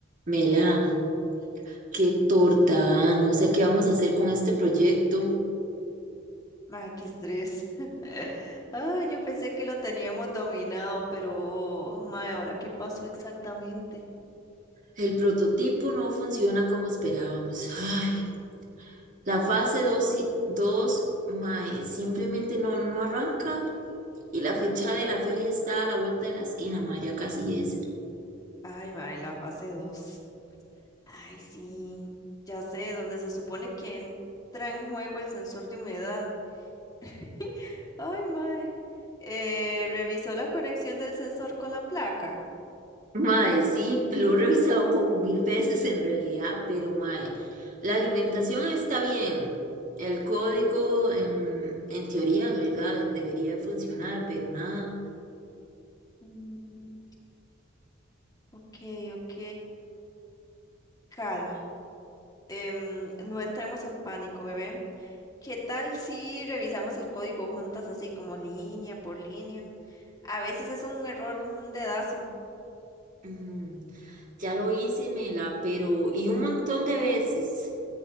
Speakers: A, on the right; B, on the left.
A: Mela, qué torta, ah, no sé qué vamos a hacer con este proyecto.
B: Ay, qué estrés. <laughs> Ay, yo pensé que lo teníamos dominado, pero, mae, ¿ahora qué pasó exactamente?
A: El prototipo no funciona como esperábamos. Ay, la fase 2 y 2 mae, simplemente no, no arranca. Y la
B: Mm,
A: fecha de la feria está a la vuelta de la esquina, mae, ya casi es.
B: Ay, mae, la fase 2. Ay, sí. Ya sé, donde se supone que entra en juego el sensor de humedad. <laughs> Ay, mae. Eh, revisó la conexión del sensor con la placa.
A: Mae, sí, lo he revisado como mil veces en realidad, pero mae, la alimentación está bien. El código, em, en, teoría, de verdad, debería de funcionar, pero nada.
B: Mm, ok, ok. Calma. Em, no entremos en pánico, bebé. ¿Qué tal si revisamos el código juntas, así como línea por línea? A veces es un error, un dedazo.
A: Mm, ya lo hice, Mela, pero y un montón de veces,